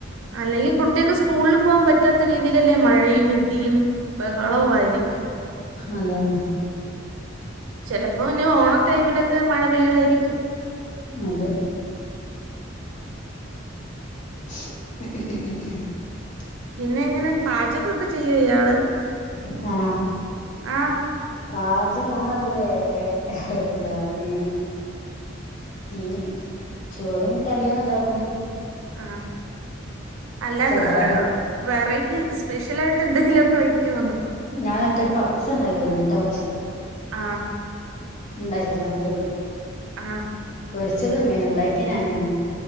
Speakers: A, on the right; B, on the left.
A: അല്ലെങ്കിൽ കുട്ടികക്ക് സ്കൂളിൽ പോകൻ പറ്റാത്ത രീതിയിലല്ലേ മഴയും ഇടിയും ബഹളവും ആയിരിക്കും.
B: അതന്നെ.
A: ചിലപ്പോ ഇനി ഓണം ടൈമിലൊക്കെ മഴ പെയ്യുവായിരിക്കും.
B: അതെ. ശബ്ദം ക്ലിയർ അല്ല
A: പിന്നെ എങ്ങനെ പാചകൊക്കെ ചെയ്യുവൊ ഇയാള്?
B: ഞാനോ?
A: ആഹ്
B: പാചകം ഞാൻ പറഞ്ഞില്ലേ എന്താണ് മീൻ ചോറും കറിയൊക്കെ ഉണ്ടാക്കും
A: ആ അല്ല
B: ചെറുതായി
A: വെറൈറ്റി സ്പെഷ്യലായിട്ട് എന്തെങ്കിലുമൊക്കെ വെയ്ക്കോന്ന്
B: ഞാൻ ഒറ്റയ്ക്ക് പപ്പ്സ് ഉണ്ടാക്കിണ് മുട്ട പപ്സ്
A: ആ
B: ഉണ്ടാക്കിക്കണ് ഒറ്റക്ക്
A: ആ
B: പൊരിച്ചതുമ്മേനു ഉണ്ടാക്കിത് ഞാനാരുന്നു